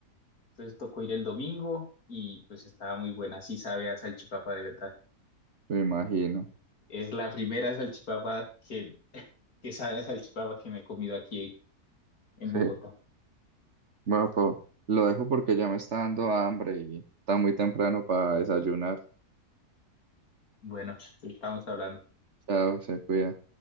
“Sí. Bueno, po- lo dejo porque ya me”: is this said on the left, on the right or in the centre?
Right